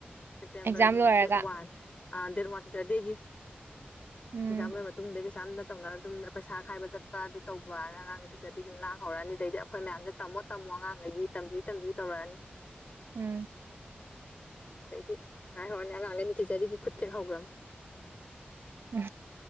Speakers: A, on the left; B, on the right.
A: ꯁꯦꯞꯇꯦꯝꯕꯔ
B: ꯑꯦꯛꯖꯥꯝ ꯂꯣꯏꯔꯒ
A: ꯗꯦꯠ ꯋꯥꯟ ꯑ ꯗꯦꯠ ꯋꯥꯟ ꯇꯤꯆꯔ ꯗꯦꯒꯤ
B: ꯎꯝ
A: ꯖꯥꯝ ꯂꫭꯏꯔ ꯃꯇꯨꯨꯡꯗꯒꯤ ꯁꯨ ꯌꯥꯝꯅ ꯇꯧꯅꯔ ꯑꯗꯨꯝ ꯄꯩꯁꯥ ꯈꯥꯏꯕ ꯆꯠꯄ ꯑꯗꯨ ꯇꯧꯕꯥꯅ ꯑꯉꯥꯡꯒꯤ ꯇꯤꯆꯔ ꯗꯦꯒꯤ ꯑꯗꯨꯨꯝ ꯂꯥꯡ ꯍꯧꯔꯛꯑꯅꯤ ꯗꯩꯗꯤ ꯑꯩꯈꯣꯏ ꯃꯌꯥꯝꯅ ꯇꯝꯃꯣ ꯇꯝꯃꯣ ꯑꯉꯥꯡꯘꯩꯒꯤ ꯇꯝꯕꯤꯌꯨ ꯇꯝꯕꯤꯌꯨ ꯇꯧꯔꯛꯑꯅꯤ
B: ꯎꯝ
A: ꯗꯩꯗꯤ ꯉꯥꯏ ꯍꯧꯔꯅꯤ ꯑꯉꯥꯡꯉꯩꯅ ꯇꯤꯆꯔꯗꯦꯒꯤ ꯈꯨꯠ ꯊꯦꯛ ꯍꯧꯈ꯭ꯔꯝ
B: ꯎ